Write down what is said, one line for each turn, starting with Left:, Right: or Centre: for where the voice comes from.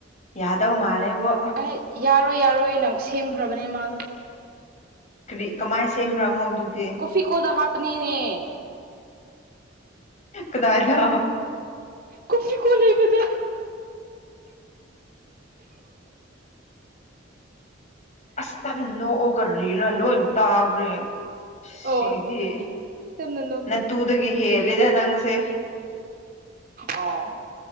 Left: ꯌꯥꯗꯧ ꯃꯥꯜꯂꯦꯕꯣ
Right: ꯑꯦ ꯌꯥꯔꯣꯏ ꯌꯥꯔꯣꯏꯅ ꯁꯦꯝꯈ꯭ꯔꯕꯅꯦ ꯃꯥꯗꯣ
Left: ꯀꯔꯤ ꯀꯃꯥꯏꯅ ꯁꯦꯝꯕ꯭ꯔꯥ ꯑꯃꯃꯣ ꯑꯗꯨꯗꯤ
Right: ꯑꯣꯐꯤ ꯀꯗ ꯍꯥꯞꯄꯅꯤꯅꯦ
Left: ꯀꯗꯥꯏ ꯂ
Right: ꯀꯁꯤ ꯀꯣ ꯂꯩꯕꯗ
Left: ꯑꯁ ꯇꯞꯅ ꯅꯣꯛꯑꯣꯒꯔꯤꯔꯥ ꯂꯣꯏꯅ ꯇꯥꯈ꯭ꯔꯦ ꯁꯤꯗꯤ
Right: ꯑꯣ ꯌꯥꯝꯅ ꯅꯣꯛꯀꯦ
Left: ꯅꯠꯇꯨꯗꯒꯤ ꯍꯦꯜꯂꯦꯗ ꯅꯪꯁꯦ
Right: ꯑꯣ